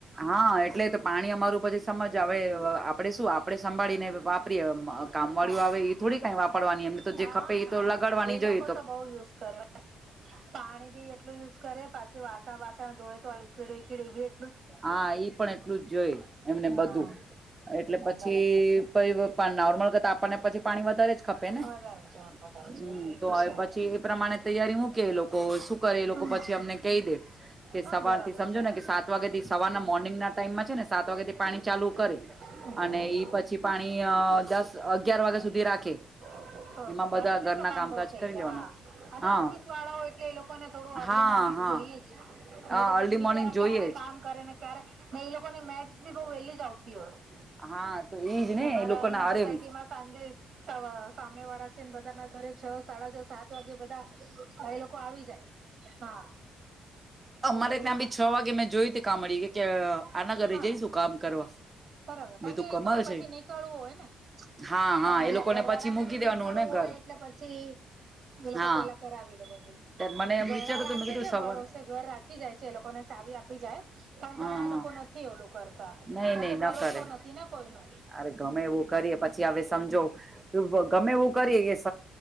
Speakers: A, on the right; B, on the right.
A: હા એટલે તો પાણી અમારું પછી સમજ હવે આપણેે શું આપે સંભાળીને વાપરીએ કામવાળીઓ
B: હા
A: આવે એ થોડી કંઈ વાપરવાની એમને તો
B: હા
A: જે ખપે એ
B: હા
A: તો લગાડવાની
B: એ
A: જોઈ.
B: લોકો તો બો યુઝ કરે પાણી બી એટલું યુઝ કરે પાછું વાસણ વાસણ ધોવે તો લિકવિડ વિકિડ એવી
A: હા ઈ પણ એટલું જ જોય એમને
B: હા
A: બધું. એટલે પછી
B: બરાબર છે.
A: <unintelligible> નોર્મલ અને પછી પાણી વધારે જ ખપે ને
B: વધારે
A: હમ્મ
B: છે વધારે છે એ
A: તો હવે
B: છે
A: પછી એ પ્રમાણે તૈયારી હું કેલો લોકો શું કરે એ લોકો
B: હા
A: પછી અમને કહી દે કે
B: હા
A: સવાર
B: બરાબર
A: થી સમજો
B: છે.
A: ને કે સાત વાગે દિવ સવારના મોર્નિંગ ના ટાઈમમાં છે ને સાત વાગેથી પાણી ચાલુ કરે.
B: ઓકે
A: અને ઈ પછી પાણી દસ અગિયાર વાગ્યા સુધી રાખે.
B: ઓકે
A: એમાં
B: ત્યાં
A: બધા
B: સુધી
A: ઘરના
B: તો કામ
A: કામકાજ
B: બઉુ થઈ
A: કરી
B: જ છે
A: લેવાના
B: હા અને
A: હા
B: ઓફિસ વાળાઓ એટલે એ લોકોને થોડું અર્લી
A: હા
B: મોર્નિ
A: હા
B: જઈએ છે. નહી
A: હા
B: તો
A: અર્લી
B: પછી બિચારા
A: મોર્નિંગ જોઈએ
B: ક્યારે
A: જ
B: કામ કરે ને ક્યારે ને એઈ લોકોની મૈડ્સ ભી બહુ વહેલી જ આવતી હોય.
A: હા તો એઈજ ને
B: અમારા
A: એ લોકો
B: અહિયાં
A: ના
B: સોસાયટીમાં
A: હરે એમ
B: સાંજે સામે વાળા છે ને બધા ના ઘરે છ સાડા છ સાત વાગે બધા એ લોકો આવી જાય હા.
A: અમારે
B: કારણ કે એ
A: ત્યાં
B: લોકો
A: બી છ વાગે મેં જોય ત કામી કે કે આના ઘરે
B: હા
A: જઈશું કામ કરવા.
B: બરાબર
A: મેં
B: કારણ
A: તો
B: કે એ
A: કમાલ
B: લોકોને પછી
A: છે
B: નીકળવું હોય ને.
A: હા હા
B: એટલે
A: એ લોકોને
B: ઘરવાળા
A: પછી મૂકી
B: ને બી
A: દેવાનું
B: નીકળવું
A: ને ઘર
B: હોય એટલે પછી એ લોકો
A: હા
B: પેલા કરાવી લેું.
A: મને એમ
B: ઘણા
A: વિચારતું હતું
B: રાખે
A: મેં કીધું
B: છે
A: સવાર
B: ભરોસે ઘર રાખી જાય છે એ લોકોને ચાવી આપી જાય પણ
A: હા
B: ગણા. ઈ
A: હા
B: લોકો નથી ઓલું કરતા
A: નહી
B: આજે
A: નહી ન
B: ભરોસો
A: કરે
B: નથી ને કોઈ નો
A: અરે ગમે એવું કરીએ પછી હવે સમજો ગમેવું કરી સ